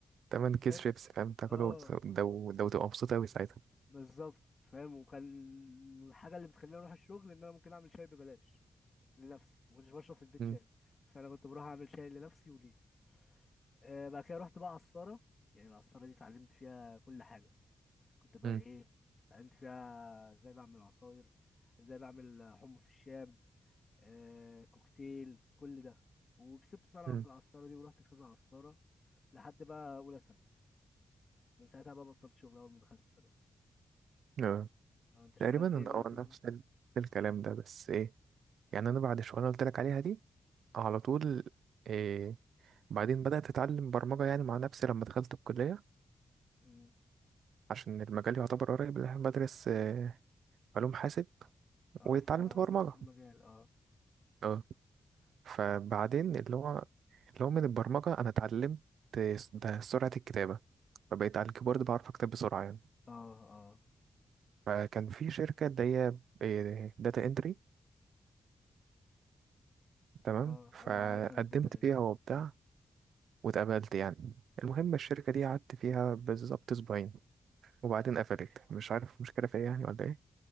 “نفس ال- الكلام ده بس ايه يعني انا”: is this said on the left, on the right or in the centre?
Right